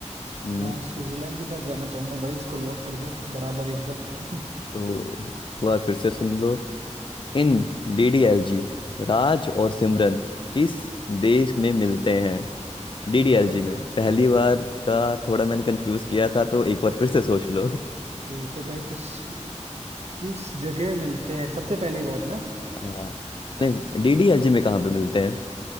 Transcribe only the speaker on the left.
हम्म।
तो एक बार फिर से सुन लो इन डीडीएलजी राज और सिमरन किस देश में मिलते हैं डीडीएलजी
में पहली बार का थोड़ा मैंने कंफ्यूज किया था तो एक बार फिर से सोच लो <laughs>
हाँ नहीं डीडीएलजी में कहाँ पे मिलते हैं